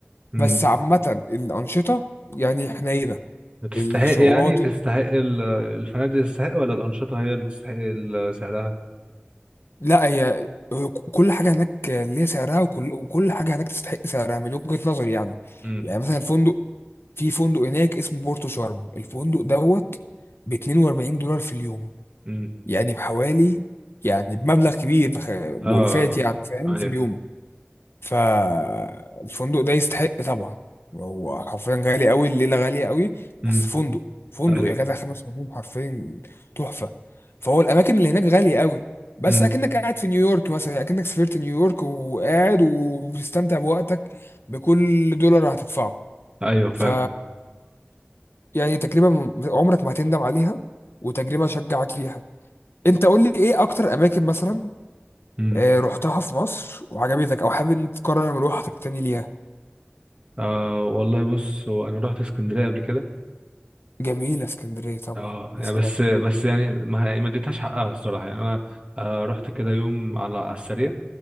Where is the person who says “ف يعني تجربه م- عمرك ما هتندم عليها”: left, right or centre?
Left